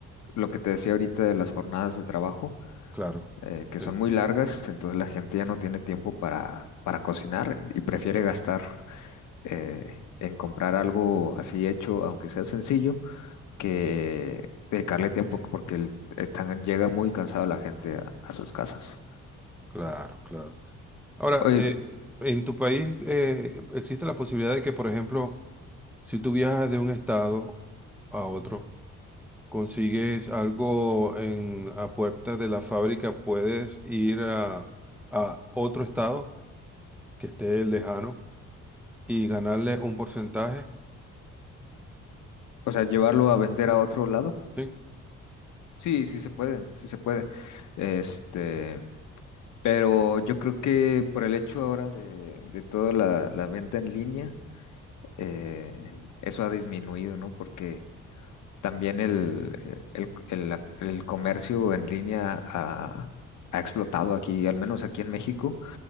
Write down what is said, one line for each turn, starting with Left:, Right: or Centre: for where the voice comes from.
Left: lo que te decía ahorita de las jornadas de trabajo,
Centre: Claro,
Left: eh, que
Centre: sí,
Left: son muy largas, entonces la gente ya no tiene tiempo para, para cocinar y prefiere gastar eh, en comprar algo así hecho, aunque sea sencillo, que dedicarle tiempo porque el- están, llega muy cansada la gente a, a sus casas.
Centre: claro, claro. Ahora,
Left: Oye,
Centre: eh, en tu país eh, existe la posibilidad de que, por ejemplo, si tú viajas de un estado a otro, consigues algo en, a puerta de la fábrica, puedes ir a, a otro estado que esté lejano y ganarle un porcentaje.
Left: o sea, llevarlo a vender a otro lado.
Centre: ¿sí?
Left: Sí, sí se puede, sí se puede. Este,
Centre: Mm.
Left: pero yo creo que por el hecho ahora de, de toda la, la venta en línea, eh, eso ha disminuido, ¿no? Porque también el, eh, el, el- el comercio en línea ha, ha explotado aquí, al menos aquí en México.